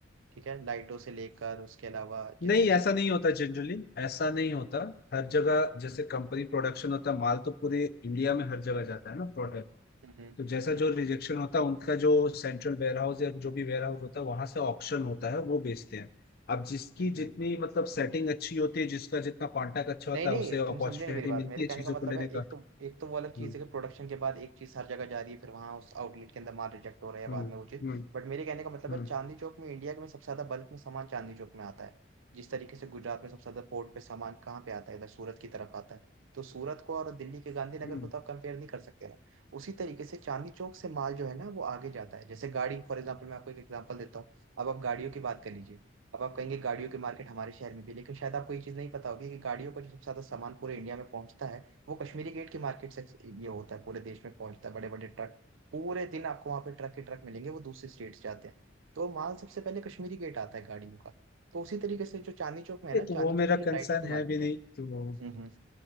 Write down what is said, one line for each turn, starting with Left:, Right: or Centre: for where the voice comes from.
Right: ठीक है लाइटों से लेकर उसके अलावा जितने
Left: नहीं
Right: भी
Left: ऐसा नहीं होता जनरली ऐसा नहीं होता हर जगह जैसे कंपनी प्रोडक्शन होता है माल तो पूरे इंडिया में हर जगह जाता है ना प्रोडक्ट
Right: हम्म हम्म
Left: तो जैसा
Right: हम्म
Left: जो रिजेक्शन होता है उनका जो सेंट्रल वेयर हाउस या जो भी वेयर हाउस होता है वहां से ऑक्शन होता है वो बेचते हैं अब जिसकी
Right: हम्म, हम्म।
Left: जितनी मतलब सेटिंग अच्छी होती है जिसका जितना कॉन्टैक्ट अच्छा होता
Right: नहीं नहीं
Left: है उसे
Right: तुम
Left: अपॉर्चुनिटी
Right: समझो नहीं मेरी बात
Left: मिलती
Right: मेरे
Left: है
Right: कहने
Left: चीजों
Right: का मतलब
Left: को लेने
Right: है एक
Left: का
Right: तो एक तो वो अलग चीज़
Left: हम्म
Right: है कि प्रोडक्शन के बाद एक चीज़ हर जगह जा रही है फिर वहां उस आउटलेट के अंदर माल रिजेक्ट हो रहा है बाद
Left: हम्म
Right: में वो चीज़
Left: हम्म
Right: बट मेरे कहने का मतलब
Left: हम्म
Right: है चांदनी चौक में इंडिया में सबसे ज्यादा बल्क में सामान चांदनी चौक में आता है जिस तरीके से गुजरात में सबसे ज्यादा पोर्ट पे सामान कहाँ पे आता है इधर सूरत की तरफ आता है तो सूरत को और दिल्ली के गांधीनगर
Left: हम्म
Right: को तो आप कंपेयर नहीं कर सकते ना उसी तरीके से चांदनी चौक से माल जो है ना वो आगे जाता है जैसे गाड़ी फॉर एग्जाम्पल मैं आपको एक एग्जाम्पल देता हूँ अब आप गाड़ियों की बात कर लीजिए अब आप कहेंगे गाड़ियों की मार्केट हमारे शहर में भी है, लेकिन शायद आपको ये चीज नहीं पता होगी कि गाड़ियों का जो सबसे ज्यादा सामान पूरे इंडिया में पहुंचता है वो कश्मीरी गेट की मार्केट से ये होता है पूरे देश में पहुंचता है बड़े बड़े ट्रक पूरे दिन आपको वहां पे ट्रक ही ट्रक मिलेंगे वो दूसरे स्टेट से आते हैं तो माल सबसे पहले कश्मीरी गेट आता है गाड़ियों का तो उसी तरीके से जो चांदनी चौक में है
Left: नहीं,
Right: ना
Left: तो
Right: चांदनी
Left: वो
Right: चौक
Left: मेरा
Right: की जो
Left: कंसर्न
Right: लाइटों की मार्केट
Left: है भी नहीं
Right: है
Left: तो वो
Right: हम्म हम्म।